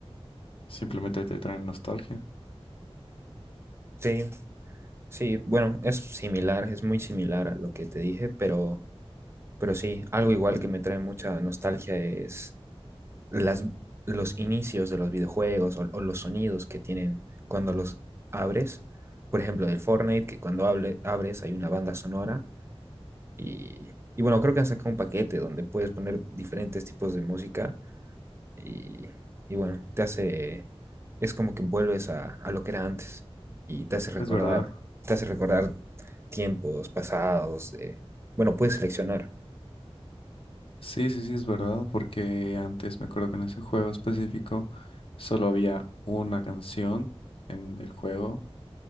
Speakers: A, on the left; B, on the right.
A: simplemente te traen nostalgia.
B: sí. Sí, bueno, es similar, es muy similar a lo que te dije, pero, pero sí, algo igual que me trae mucha nostalgia es las, los inicios de los videojuegos o, o los sonidos que tienen cuando los abres. Por ejemplo, del Fortnite, que cuando hable- abres hay una banda sonora y, y bueno, creo que han sacado un paquete donde puedes poner diferentes tipos de música y, y bueno, te hace, es como que vuelves a, a lo que era antes y te hace recordar,
A: Es verdad.
B: te hace recordar tiempos pasados. eh, Bueno, puedes seleccionar.
A: Sí, sí, sí, es verdad, porque antes me acuerdo que en ese juego específico solo había una canción en el juego